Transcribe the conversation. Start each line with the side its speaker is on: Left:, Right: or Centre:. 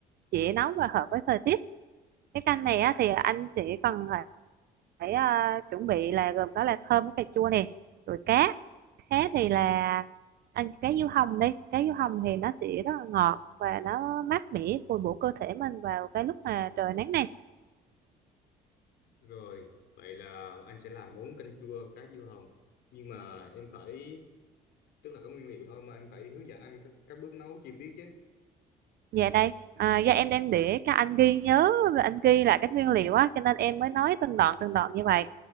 Right: dễ nấu và hợp với thời tiết cái canh này á, thì anh sẽ cần phải, phải à, chuẩn bị là gồm có là thơm với cà chua nè rồi cá cá thì là anh cá diếu hồng đi cá diếu hồng thì nó sẽ rất là ngọt và nó mát mẻ bồi bổ cơ thể mình vào cái lúc mà trời nắng nè
Left: rồi vậy là anh sẽ làm món canh chua cá diêu hồng nhưng mà em phải tức là có nguyên liệu thôi mà em phải hướng dẫn anh các, các bước nấu chi tiết chứ
Right: Dạ đây, à, do em đang để các anh ghi nhớ, anh ghi lại các nguyên liệu á, cho nên em mới nói từng đoạn từng đoạn như vậy.